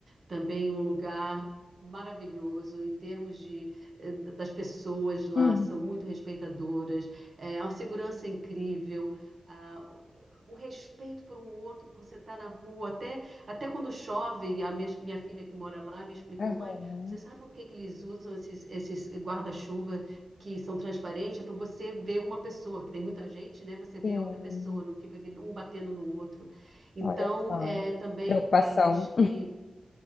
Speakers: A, on the right; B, on the left.
A: Também um lugar maravilhoso em termos de, eh, d- das pessoas lá,
B: Hum.
A: são muito respeitadoras, é, uma segurança incrível, ah, o respeito por um outro, você está na rua, até, até quando chove, a minha, minha filha que mora lá me explicou,
B: Aham,
A: mãe, você sabe por que que eles usam esses, esses guarda-chuva? que são transparentes, é para você ver uma pessoa, que tem muita gente, né? Você vê
B: Sim,
A: a outra pessoa, não fica um batendo no outro. Então,
B: olha só.
A: é também
B: Preocupação.
A: um país que